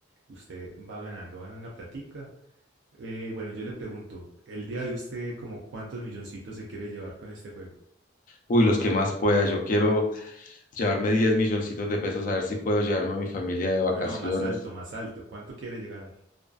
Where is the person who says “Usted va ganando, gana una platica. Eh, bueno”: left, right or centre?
Right